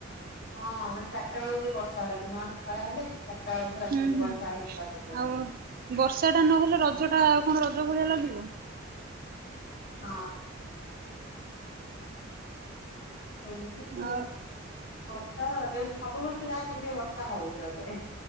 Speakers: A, on the left; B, on the right.
A: ହଁ ମାନେ ଚିରି ଟା ବେଳେକୁ ବର୍ଷା ହେଲା ଦିନ ମାନ ଖରା ହେଲେ ଚାରିଟା ବେଳକୁ ରାତିଠି
B: ହୁଁ ହୁଁ
A: ବର୍ଷା ହେଇଥିବାରକୁ।
B: ଆଉ ବର୍ଷା ଟା ନହେଲେ ରଜ ଟା କଣ ରଜ ଭଳିଆ ଲାଗିବ।
A: ହଁ। ଏମତି ବର୍ଷା
B: ଆଉ
A: ଯଦି ସବୁ ବର୍ଷ ଯାହେଲେ ଟିକିଏ ଟିକିଏ ବର୍ଷା ହଉଛି ରଜରେ